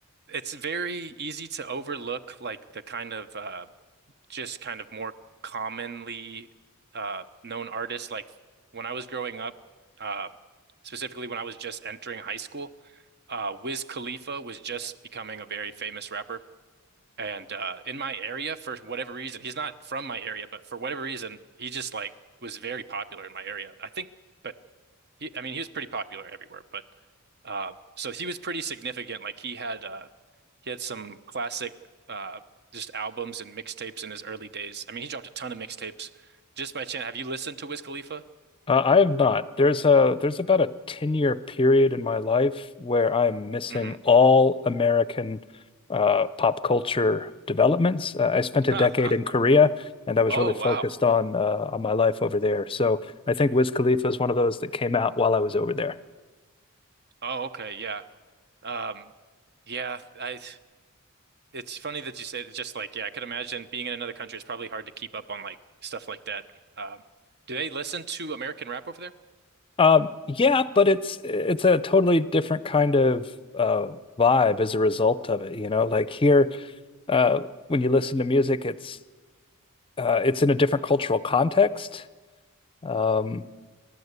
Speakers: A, on the right; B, on the left.
A: It's very easy to overlook like the kind of uh, just kind of more commonly uh, known artists. Like when I was growing up, um, specifically when I was just entering high school, uh, Wiz Khalifa was just becoming a very famous rapper. and uh, in my area for whatever reason, he's not from my area, but for whatever reason, he just like was very popular in my area. I think, but he, I mean, he was pretty popular everywhere. But uh, so he was pretty significant. Like he had uh, he had some classic uh, just albums and mixtapes in his early days. I mean, he dropped a ton of mixtapes. Just by chance, have you listened to Wiz Khalifa?
B: Uh, I have not. There's a there's about a 10 year period in my life where I'm missing
A: hmm
B: all American uh, pop culture developments. Uh, I spent
A: <laughs>
B: a decade in Korea, and I was
A: Oh
B: really focused
A: wow.
B: on uh, on my life over there. So I think Wiz Khalifa is one of those that came out while I was over there.
A: Oh okay, yeah. Um, yeah. I It's funny that you said it's just like, yeah, I could imagine being in another country. It's probably hard to keep up on like stuff like that. Um, do they listen to American rap over there?
B: Um, yeah, but it's it's a totally different kind of uh vibe as a result of it, you know. Like here, uh, when you listen to music, it's uh, it's in a different cultural context. Um,